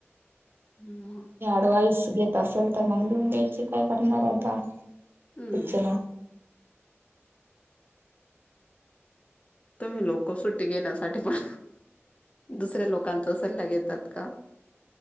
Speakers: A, on the left; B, on the right.
A: मग
B: डवाइस घेत असेल तर मग लिहून घ्यायची काय करणार आताचना
A: हम्म तुम्ही लोक सुट्टी घेण्यासाठी पण दुसऱ्या लोकांचा सल्ला घेतात का